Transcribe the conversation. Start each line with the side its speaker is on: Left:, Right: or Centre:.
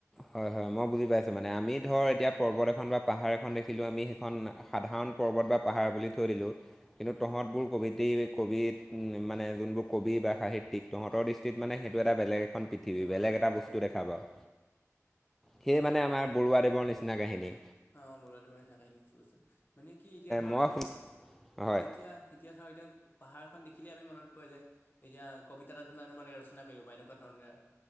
Centre: হয় হয় মই বুজি পাইছো মানে, আমি ধৰ এতিয়া পৰ্বত এখন বা পাহাৰ এখন দেখিলো আমি সেইখন সাধাৰণ পৰ্বত বা পাহাৰ বুলি থৈ দিলোঁ, কিন্তু তহঁতবোৰ কবিতেই কবিত মানে- যোনবোৰ কবি বা সাহিত্যিক, তহঁৰ দৃষ্টিত মানে সেইটো এটা বেলেগ এ পৃথিৱী
Left: অ
Centre: বেলেগ
Left: বেলেগখন
Centre: এটা বস্তু
Left: পৃথিৱী
Centre: দেখা পাওঁ- সেয়ে মানে আমাৰ বৰুৱাদেৱৰ নিচিনা কাহিনী,
Left: অঁ অ বৰুৱা দেৱৰ কাহিনী, আ বস্তু মানে কি এতিয়া ধৰ
Centre: মই শুন হয়
Left: এতিয়া এতিয়া ধৰক এতিয়া, পাহাৰখন দেখিলেই আমি মনত পোৱা যায়- এতিয়া কবিতা এটা ধুনাৰ মানে ৰচনা কৰিব বা এনেকুৱা ধৰণে-